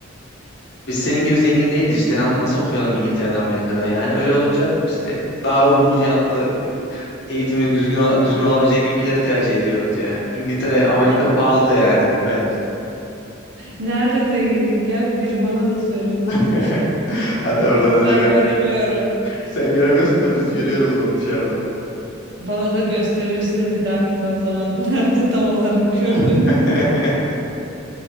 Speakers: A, on the left; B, on the right.
A: Biz senin gibi zengin değiliz işte na- nasıl okuyalım İngiltere'de Amerika'da yani öyle olunca işte daha uygun fiyatlı eğitimi düzgün ola- düzgün olabilecek ülkeleri tercih ediyoruz yani. İngiltere, Amerika
B: Ha,
A: pahalı da yani bence.
B: nerede zenginlik ya? Biri bana da söylesin.
A: <laughs> Hadi oradan hadi
B: Ben
A: ben.
B: göremiyorum.
A: Sen göremiyorsun da biz görüyoruz onu dışarıdan.
B: Bana da gösterirsin bir dahakine o zaman <laughs> nerede tam olarak
A: <laughs>
B: gördüğünü.